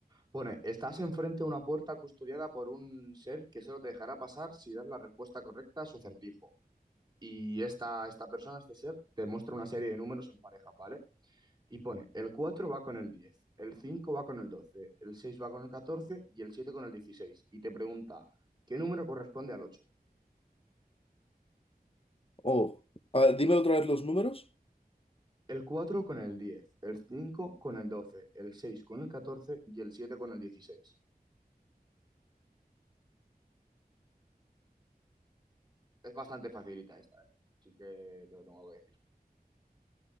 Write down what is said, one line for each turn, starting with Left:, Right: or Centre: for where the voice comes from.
Right: Pone, estás enfrente de una puerta custodiada por un ser que solo te dejará pasar si das la respuesta correcta a su acertijo. Y esta, esta persona, este ser, te muestra una serie de números en parejas, ¿vale? Y pone, el 4 va con el 10, el 5 va con el 12, el 6 va con el 14 y el 7 con el 16. Y te pregunta, ¿qué número corresponde al 8?
Left: Oh, a ver, dime otra vez los números.
Right: El 4 con el diez el 5 con el doce el 6 con el 14 y el 7 con el dieciséis Es bastante facilita esta, ¿eh? Así que te lo tengo que decir.